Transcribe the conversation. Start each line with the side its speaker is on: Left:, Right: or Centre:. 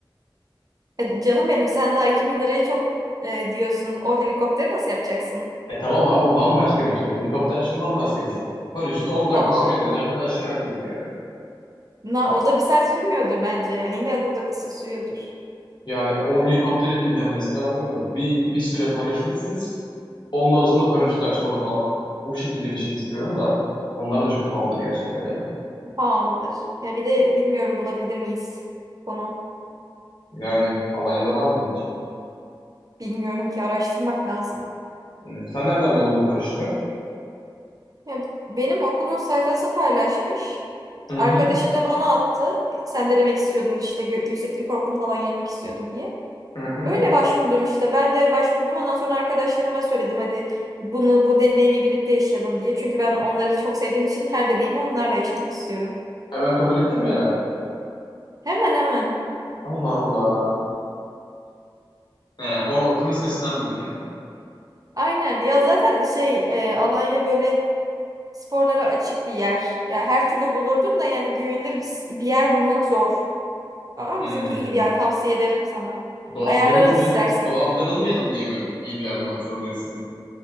Right: E, canım benim sen daha 2000 lirayı çok e, diyorsun. O helikopteri nasıl yapacaksın?
Left: E tamam da ama bambaşka bir şey. Helikopter şimdi bambaşka bir şey. Paraşüt 10 dakika
Right: Tamam.
Left: sürüyor diyorsun. Hemen aşağı iniyoruz yani.
Right: Na, o da bir saat sürmüyordur bence. Yani yine de o da kısa sürüyordur.
Left: Yani o helikoptere bineceğim mesela anladın mı? Bir, bir süre paraşütsüz. Ondan sonra paraşütü açmalı falan. O şekilde bir şey istiyorum da. Onlar da çok pahalıdır gerçekten yani.
Right: Pahalıdır. Ya bir de bilmiyorum bulabilir miyiz onu.
Left: Yani Alanya'da var mıdır ki?
Right: Bilmiyorum ki araştırmak lazım.
Left: Hmm, Sen nereden buldun bu paraşütü?
Right: Ya benim okulun sayfası paylaşmış.
Left: Hı
Right: Arkadaşım
Left: hı
Right: da bana attı. Sen de demek istiyordun işte gö- yükseklik korkunu falan yenmek istiyordun diye.
Left: hı hı.
Right: Öyle başvurdum işte. Ben de başvurdum. Ondan sonra arkadaşlarıma söyledim hadi bunu bu deneyimi birlikte yaşayalım diye. Çünkü ben onları çok sevdiğim için her deneyimi onlarla yaşamak istiyorum.
Left: Hemen kabul ettin mi Ener?
Right: Hemen hemen.
Left: Allah Allah. He, orada okulun sitesinden buldun yani.
Right: Aynen. Ya zaten şey e, Alanya böyle sporlara açık bir yer. Ya her türlü bulurdun da yani güvenilir bir, bir yer bulmak zor. Ama
Left: Hmm.
Right: bizimki iyiydi yani tavsiye ederim sana.
Left: Dolandırılmayalım.
Right: Ayarlarız istersen.
Left: Dolandırılmayalım diye mi iyi bir yer bulmak zor diyorsun?